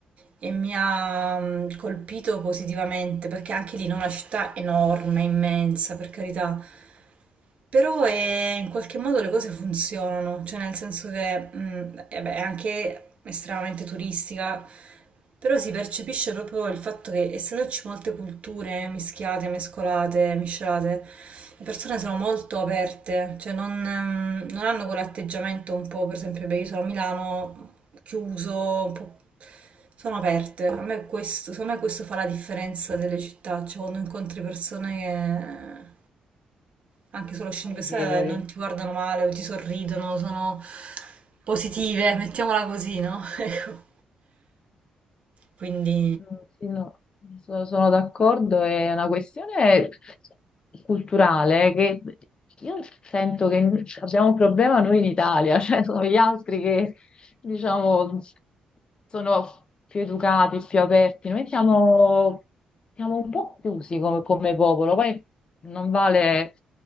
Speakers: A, on the right; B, on the left.
A: e mi ha mm, colpito positivamente perché anche lì non è una città enorme, immensa, per carità, però eh, in qualche modo le cose funzionano, cioè nel senso che mm, eh beh, è anche estremamente turistica, però si percepisce proprio il fatto che essendoci molte culture mischiate, mescolate, miscelate, le persone sono molto aperte, cioè non, ehm, non hanno quell'atteggiamento un po', per esempio, beh, io sono a Milano chiuso, un po'... sono aperte. A me questo, secondo me questo fa la differenza delle città, cioè quando incontri persone che anche solo scene
B: amichevoli.
A: pensate non ti guardano male o ti sorridono, sono positive, mettiamola così, no? <laughs> Ecco, quindi
B: Mm, Sì, no, so- sono d'accordo, è una questione culturale che io sento che abbiamo un problema noi in Italia, <laughs> cioè sono gli altri che diciamo sono più educati, più aperti, noi siamo, siamo un po' chiusi come, come popolo, poi non vale